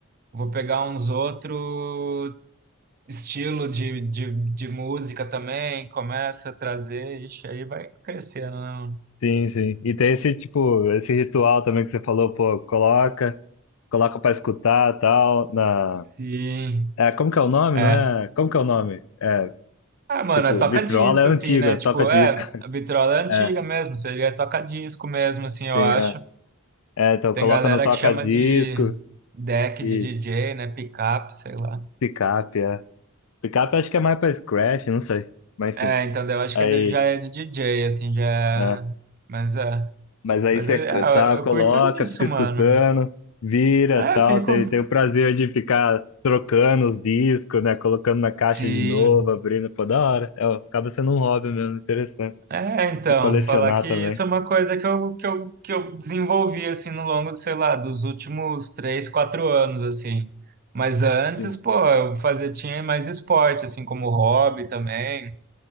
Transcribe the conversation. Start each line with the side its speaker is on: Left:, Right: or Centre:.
Right: vou pegar uns outro estilo de, de, de música também, começa a trazer, ixi, aí vai crescendo, né? mano?
Left: sim, sim. E tem esse tipo, esse ritual também que você falou, pô, coloca, coloca pra escutar, tal, na
Right: Sim.
Left: É, como que é o nome,
Right: É.
Left: né? Como que é o nome? É,
Right: Ah, mano,
Left: tipo,
Right: é toca-disco,
Left: vitrola é antiga,
Right: assim, né? Tipo,
Left: toca disco.
Right: é,
Left: <laughs>
Right: a vitrola é antiga
Left: É,
Right: mesmo, seria toca-disco mesmo, assim,
Left: sim,
Right: eu acho.
Left: é. É, então
Right: Tem
Left: coloca
Right: galera
Left: no toca-disco
Right: que chama de deck
Left: e
Right: de DJ, né? Pickup, sei lá.
Left: picape, é. Picape acho que é mais pra scratch, não sei. Mas
Right: É,
Left: enfim,
Right: então daí eu acho
Left: aí,
Right: que ele já é de DJ, assim, já é.
Left: é.
Right: Mas é.
Left: Mas aí
Right: Mas
Left: você
Right: é, é,
Left: tá, coloca,
Right: eu curto isso,
Left: fica escutando,
Right: mano.
Left: vira,
Right: É,
Left: tal,
Right: fico.
Left: tem, tem o prazer de ficar trocando os discos, né, colocando na caixa
Right: Sim.
Left: de novo, abrindo, pô, da hora. É, ó, acaba sendo um hobby mesmo, interessante
Right: É, então,
Left: de colecionar
Right: falar que
Left: também.
Right: isso é uma coisa que eu, que eu, que eu desenvolvi, assim, no longo, sei lá, dos últimos três, quatro anos, assim. Mas antes,
Left: Sim.
Right: pô, eu fazia, tinha mais esporte, assim, como hobby também